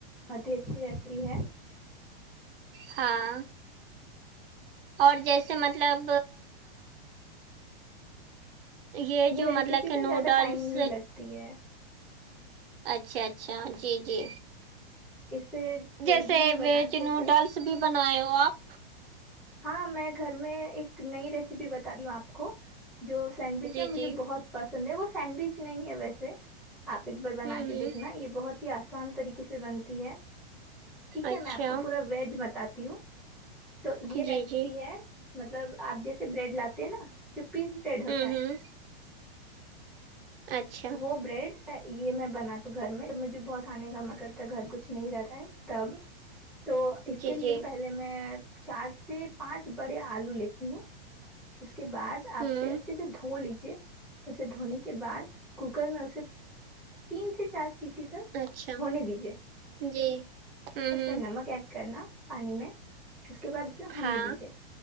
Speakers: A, in the centre; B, on the right.
A: بہت ہی اچھی ریسیپی ہے
B: ہاں اور جیسے مطلب یہ جو
A: ریسیپی
B: مطلب کہ
A: نا
B: نوڈلس
A: زیادہ ٹائم <unintelligible>
B: اچھا اچھا جی جی
A: اس پہ جلدی
B: جیسے
A: ہم بنا
B: بیچن
A: کے اسے
B: ڈال بھی بناائے ہو آپ
A: ہاں میں گھر میں ایک نئی ریسیپی بتا رہی ہوں آپ کو جو سینڈوچ
B: جی
A: ہے مجھے
B: جی
A: بہت پسند ہے وہ سینڈوچ نہیں ہے ویسے آپ ایک بار بنا
B: ہوں
A: کے
B: ہوں
A: دیکھنا یہ بہت ہی آسان آسان طریقے سے بنتی ہے ٹھیک
B: اچھا
A: ہے میں آپ کو پورا ویج بتاتی ہوں تو یہ ریسیپی
B: جی جی
A: ہے مطلب آپ جیسے بریڈ لاتے ہیں نا جو پیس بریڈ ہوتا
B: ہوں
A: ہے
B: ہوں اچھا
A: وہ بریڈ یہ مت بنا گھر میں مجھے بہت آنے کا من کرتا ہے گھر کچھ نہیں رہتا ہے تب تو اس
B: جی
A: کے لیے
B: جی
A: ن پہلے میں چار سے پانچ بڑے آلو لیتی ہوں اس کے بعد آپ
B: ہوں
A: اسے اچھے سے دھو لیجیے اسے دھونے کے بعد کوکر میں اسے تین سے چار سٹی تک
B: اچھا
A: ہونے دیجیے
B: جی ہوں
A: اس
B: ہوں
A: میں نمک ایڈ کرنا پانی میں اس کے بعد اسے ہونے
B: ہاں
A: دیجیے